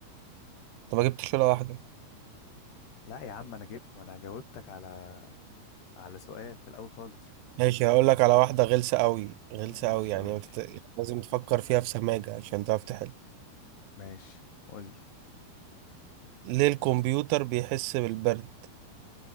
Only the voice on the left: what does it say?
لا يا عم انا جبت ما انا جاوبتك على على سؤال في الأول خالص
ماشي
قول لي
ماشي قول لي